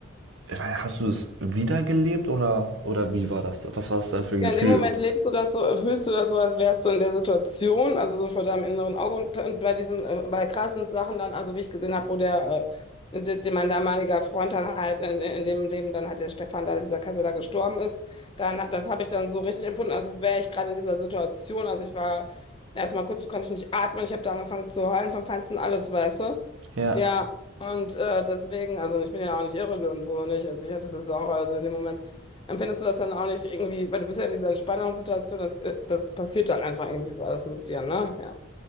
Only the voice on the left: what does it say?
Ja,
in dem Moment lebst du das so, fühlst du das so, als wärst du in der Situation, also so vor deinem inneren Auge und, und bei diesen, äh, bei krassen Sachen dann, also wie ich gesehen habe, wo der, äh, de, de, mein damaliger Freund dann halt in, in dem Leben, dann hat der Stefan da, dieser Kassel da gestorben ist, dann, hat- das habe ich dann so richtig empfunden, als wäre ich gerade in dieser Situation, also ich war erstmal kurz, konnte ich nicht atmen, ich habe da angefangen zu heulen vom Feinsten alles, weißt du?
Ja, und äh, deswegen, also ich bin ja auch nicht irre und so nicht. Also ich hatte das auch, also in dem Moment empfindest du das dann auch nicht irgendwie, weil du bist ja in dieser Entspannungssituation, das, äh, das passiert dann einfach irgendwie so alles mit dir, ne? Ja.